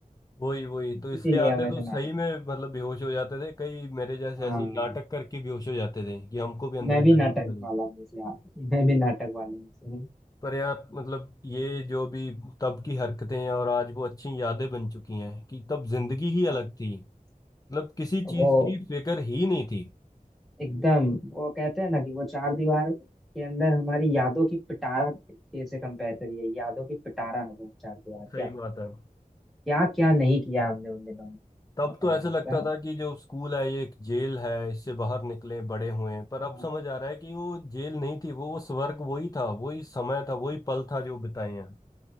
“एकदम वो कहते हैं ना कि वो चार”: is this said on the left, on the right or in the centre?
Centre